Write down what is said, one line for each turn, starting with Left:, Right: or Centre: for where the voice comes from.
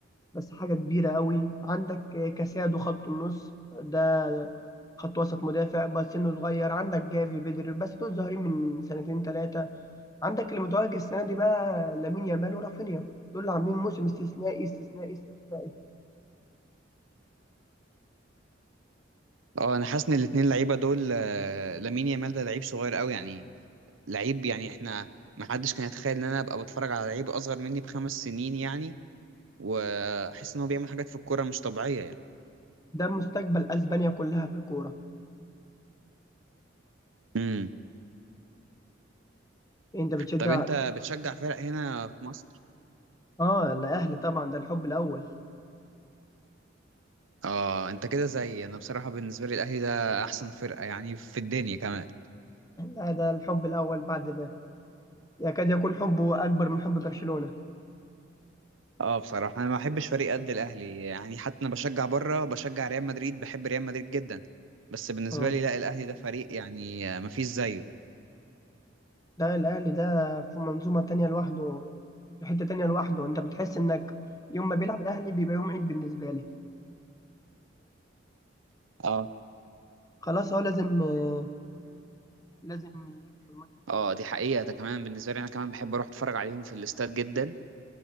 Left: بس حاجه كبيره قوي عندك آه، كاسادو خط النص ده خط وسط مدافع بس سنه صغير عندك جافي بدري بس دول ظاهرين من سنتين ثلاثه عندك اللي متوهج السنه دي بقى لامين يامال ورافينيا دول اللي عاملين موسم استثنائي استثنائي استثنائي
Right: اه انا حاسس ان الاتنين لعيبه دول آه، لامين يامال ده لعيب صغير قوي يعني لعيب يعني احنا ما حدش كان يتخيل ان انا ابقى بتفرج على لعيب اصغر مني بخمس سنين يعني واحس ان هو بيعمل حاجات في الكوره مش طبيعيه يعني
Left: ده مستقبل اسبانيا كلها في الكوره
Right: امم
Left: إيه، انت بتشجع
Right: طب انت بتشجع فرق هنا في مصر
Left: اه الاهلي طبعا ده الحب الاول
Right: اه انت كده زي انا بصراحه بالنسبه لي الاهلي ده احسن فرقه يعني في الدنيا كمان
Left: هذا الحب الأول بعد به يكاد يكون حبه أكبر من حب برشلونة
Right: اه بصراحه انا ما بحبش فريق قد الاهلي يعني حتى انا بشجع بره بشجع ريال مدريد بحب ريال مدريد جدا بس بالنسبه
Left: آه.
Right: لي لا الاهلي ده فريق يعني آه، ما فيش زيه
Left: ده الأهلي ده في منظومة تانية لوحده في حتة تانية لوحده أنت بتحس إنك يوم ما بيلعب الأهلي بيبقى يوم عيد بالنسبة لي
Right: اه
Left: خلاص هو لازم آه، لازم يكسب الماتش
Right: اه دي حقيقة ده كمان بالنسبة لي انا كمان بحب اروح اتفرج عليهم في الاستاد جدا